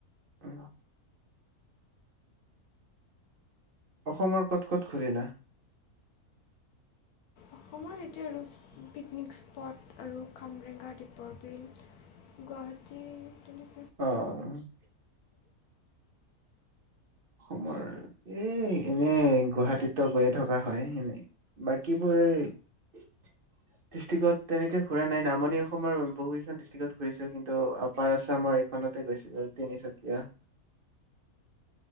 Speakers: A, on the right; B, on the left.
A: উ অসমৰ কত কত ঘূৰিলা?
B: অসমৰ এতিয়া চুপ পিকনিক স্পট আৰু খামৰেঙা, দ্বীপৰ বিল গুৱাহাটী তেনে
A: অ' অসমৰ এই এনেই গুৱাহাটীততো গৈয়ে থকা হয় এনে বাকীবোৰ ডিষ্ট্ৰিক্ত তেনেকে ঘূৰা নাই নামনি অসমৰ বহুকেইখন ডিষ্ট্ৰিক্ত ঘূৰিছোঁ কিন্তু আপাৰ আছামৰ এইখনতে গৈছিলোঁ তিনিচুকীয়া।